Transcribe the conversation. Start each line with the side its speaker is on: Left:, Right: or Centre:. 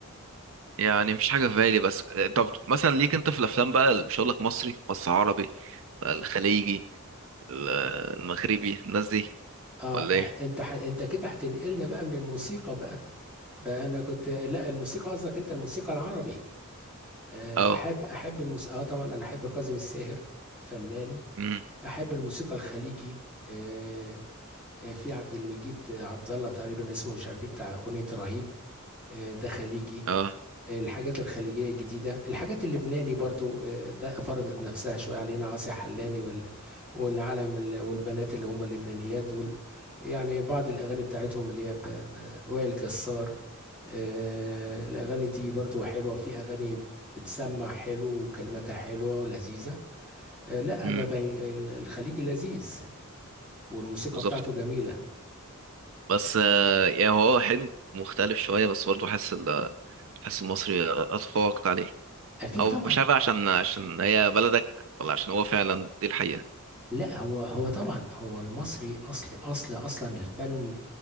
Right: يعني مفيش حاجة في بالي بس طب مثلا ليك انت في الافلام بقى ال- مش هقول لك مصري بس عربي الخليجي ال- المغربي الناس دي
Centre: اه
Right: ولا
Centre: إح
Right: ايه
Centre: انت ح انت كده هتنقلنا بقى من الموسيقى بقى فانا كنت لا الموسيقى قصدك انت الموسيقى العربي آه،
Right: اه
Centre: احب احب الموسيقى اه طبعا انا احب كاظم الساهر فنان
Right: امم
Centre: احب الموسيقى الخليجي آه، آه، في عبد المجيد عبد الله تقريبا اسمه مش عارف ايه بتاع اغنيه رهيب آه، ده خليجي
Right: اه
Centre: آه، الحاجات الخليجيه الجديده الحاجات اللبناني برضو آه، ده فرضت نفسها شويه علينا عاصي حلاني وال والعالم ال- والبنات اللي هم اللبنانيات دول يعني بعض الاغاني بتاعتهم اللي هي ب- ب- وائل جسار آه، الاغاني دي برضو حلوه في اغاني بتسمع حلو وكلماتها حلوه ولذيذه آه، لا
Right: امم
Centre: بابا الخليجي لذيذ والموسيقى
Right: بالظبط
Centre: بتاعته جميلة
Right: بس آه، يعني هو حلو مختلف شوية بس برضه حاسس ال- حاسس المصري اتفوق عليه
Centre: أكيد
Right: او
Centre: طبعا
Right: مش عارف بقى عشان عشان هي بلدك ولا عشان هو فعلا دي الحقيقة
Centre: لا هو هو طبعا هو المصري أصل أصل أصلا الفن